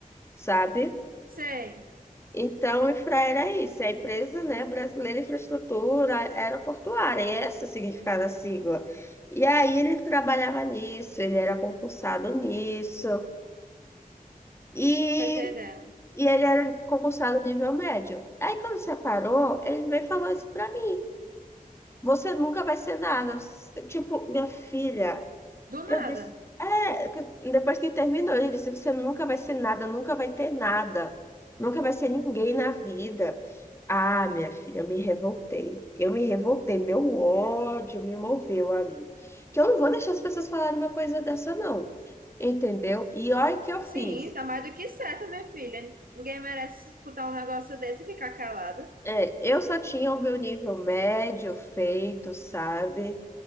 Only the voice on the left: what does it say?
sabe?
Então, a Infra era isso, é a empresa, né, Brasileira de Infraestrutura Aeroportuária, e esse é o significado da sigla. E aí ele trabalhava nisso, ele era concursado nisso, e,
e ele era concursado nível médio. Aí quando separou, ele veio e falou isso pra mim. Você nunca vai ser nada. Tipo, minha filha,
eu disse, é, que- depois que terminou, ele disse, você nunca vai ser nada, nunca vai ter nada, nunca vai ser ninguém na vida. Ah, minha filha, eu me revoltei. Eu me revoltei, meu ódio me moveu ali. Que eu não vou deixar as pessoas falarem uma coisa dessa, não. Entendeu? E olha o que eu fiz.
É, eu só tinha o meu nível médio feito, sabe?